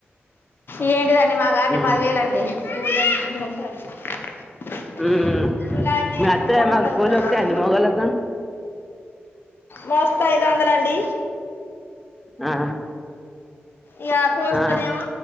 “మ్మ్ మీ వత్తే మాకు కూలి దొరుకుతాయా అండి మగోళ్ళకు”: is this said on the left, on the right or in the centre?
Centre